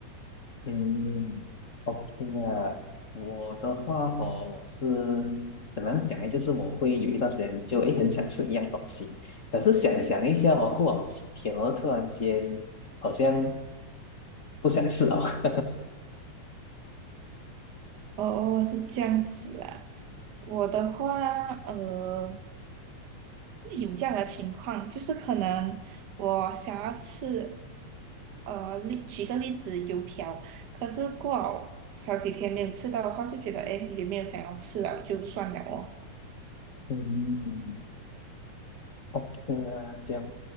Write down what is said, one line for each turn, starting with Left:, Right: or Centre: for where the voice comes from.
Left: 嗯，OK 啊，我的话哦，我是怎么样讲呢？就是我会有一段时间就诶很想吃一样东西，可是想想一下哦，过好几天哦，突然间好像不想吃了。
Right: 哦，是这样子啊。我的话，呃，会有这样的情况，就是可能我想要吃，呃，例举个例子，油条，可是过好好几天没有吃到的话，就觉得哎，诶也没有想要吃了，就算了哦，
Left: <laughs> 嗯，OK 啊，这样